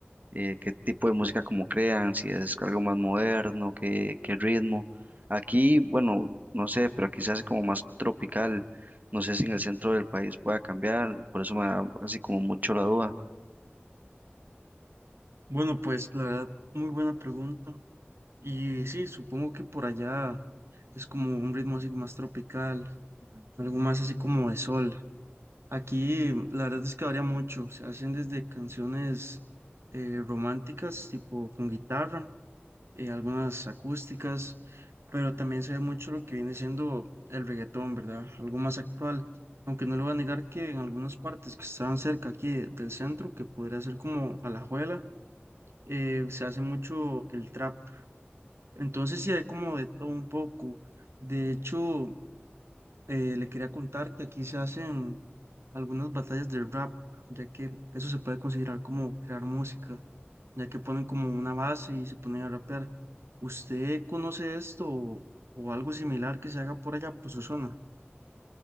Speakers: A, on the right (about 40°); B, on the right (about 80°).
A: eh, qué tipo de música como crean, si es algo más moderno, qué, qué ritmo. Aquí, bueno, no sé, pero aquí se hace como más tropical. No sé si en el centro del país pueda cambiar, por eso me da así como mucho la duda.
B: Bueno, pues la verdad, muy buena pregunta. Y sí, supongo que por allá es como un ritmo así más tropical, algo más así como de sol. Aquí la verdad es que varía mucho. Se hacen desde canciones eh, románticas, tipo con guitarra, eh, algunas acústicas, pero también se ve mucho lo que viene siendo el reggaetón, ¿verdad? Algo más actual. Aunque no le voy a negar que en algunas partes que estaban cerca aquí de- del centro, que podría ser como Alajuela, eh, se hace mucho el trap. Entonces sí hay como de todo un poco. De hecho, eh, le quería contar que aquí se hacen algunas batallas de rap, ya que eso se puede considerar como crear música, ya que ponen como una base y se ponen a rapear. ¿Usted conoce esto o, o algo similar que se haga por allá, por su zona?